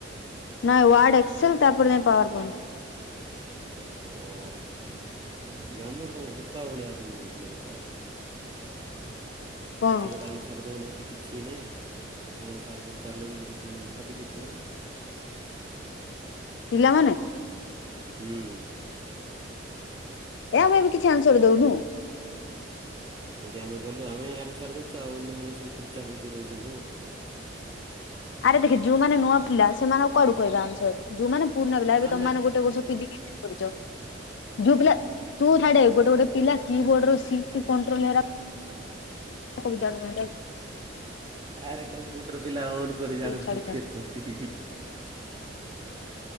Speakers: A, on the left (about 75°); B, on the right (about 25°).
A: ନାଇଁ ୱାର୍ଡ ଏକ୍ସଲ୍ ତାପରେ ଯାଇଁ ପୱାର ପଏଣ୍ଟ।
B: ଓହୋ। ଆଜି ଆମର ତମ ଫକା ଭଳିଆ ଅଛନ୍ତି ଆମ ପିଲା ଯାକ ଆଉ। କିଛି
A: କଣ
B: ଗୋଟେ ଅନୁ ସାରଦଉନାହାନ୍ତି କିଛି ନାହିଁ କଣ ସାର୍ ପଚାରିଲେବି କିଛି ଶୁଣୁନାହାନ୍ତି କିଛି ନାହିଁ।
A: ପିଲାମାନେ?
B: ହୁଁ।
A: ଏ ଆମେବି କିଛି ଆନ୍ସର ଦଉନୁ।
B: ଆଜି ଆମେ ଗଲୁ ଆମେ ଆନ୍ସାର ଦେଉଛୁ ଆଉ ଅନ୍ୟମାନେ ସବୁ ଚୁପଚାପ୍ ହେଇକି ରହୁଛନ୍ତି ହଁ।
A: ଆରେ ଦେଖେ ଯୋଉମାନେ ନୂଆ ପିଲା ସେମାନଙ୍କୁ କୁଆଡ଼ୁ କହିବେ ଆନସାର୍। ଯୋଉମାନେ ପୁରୁଣା ପିଲା ଏବେ
B: ଆମେ
A: ତମ ଗୋଟେ ବର୍ଷ ପିଜି କରିଛ ଯୋଉ ପିଲା ତୁ ଥାଡ଼େ ଗୋଟେ ଗୋଟେ ପିଲାକି କିବୋର୍ଡ ସିଟ୍ କଣ୍ଟ୍ରୋଲ ହେରା ତାବି ଯାଣୁନାହାନ୍ତି‌।
B: ଆରେ କମ୍ପ୍ୟୁଟର ପିଲା ଅନ୍ କରି ଜାଣୁନାହାନ୍ତି
A: ତୁ ଛାଡିଥା
B: ଅଛ <unintelligible>